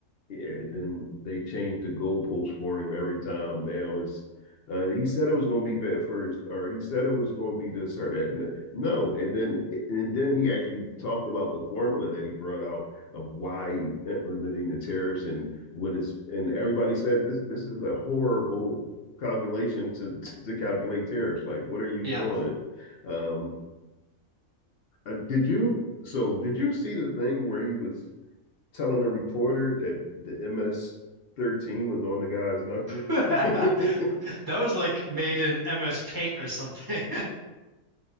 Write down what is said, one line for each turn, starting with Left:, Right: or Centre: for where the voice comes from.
Left: Yeah, and then they changed the goalpost for him every time. Now it's uh, he said it was going to be bad first, or he said it was going to be this or that. N- No, and then and then he actually talked about the formula that he brought out of why he's implementing the tariffs and what is. And everybody said this this is a horrible calculation to <laughs> to calculate tariffs. Like, what are you
Right: yeah.
Left: doing? Um, uh, did you so did you see the thing where he was telling a reporter that the MS 13 was on the guy's knuckles.
Right: <laughs>
Left: <laughs>
Right: That was like made in MS Paint or something.